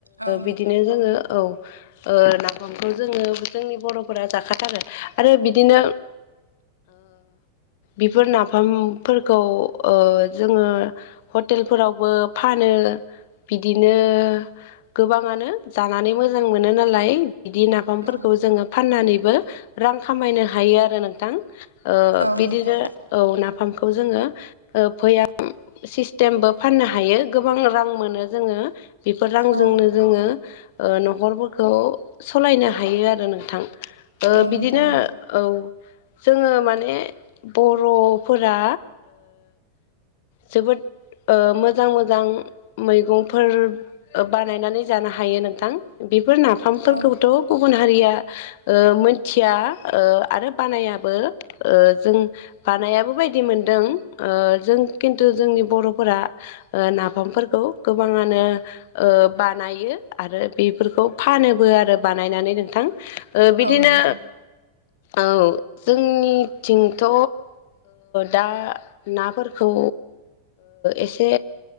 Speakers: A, on the right; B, on the left.
A: औ नोंथां
B: बिदिनो जोङो औ नाफामखौ जोङो जोंनि बर'फोरा जाखाथारो आरो बिदिनो बेफोर नाफामफोरखौ जोङो हटेलफोरावबो फानो बिदिनो गोबाङानो जानानै मोजां मोनो नालाय बिदि ना बिफांफोरखौ
A: औ
B: जोङो फाननानैबो रां खामायनो हायो आरो नोंथां
A: औ
B: बिदिनो
A: नोंथां
B: औ नाफामखौ जोङो फैया सिस्टेमबो फाननो हायो गोबां रां मोनो जोङो बेफोर रांजोंनो
A: औ
B: जोङो न'खरफोरखौ सालायनो हायो आरो नोंथां ओ
A: औ नोंथां
B: बिदिनो
A: नंगौ
B: औ जोङो माने बर'फोरा जोबोद मोजां मोजां मैगंफोर बानायनानै जानो हायो नोंथां बेफोर ना बिफांफोरखौथ'
A: औ
B: गुबुन हारिया मोन थिया आरो बानायाबो जों बानायाबो बायदि मोनदों जों खिन्थु जोंनि बर'फोरा नाफामफोरखौ गोबाङानो बानायो आरो बेफोरखौ फानोबो आरो बानायनानै नोंथां बिदिनो
A: औ नोंथां
B: औ जोंनिथिंथ' दा नाफोरखौ एसे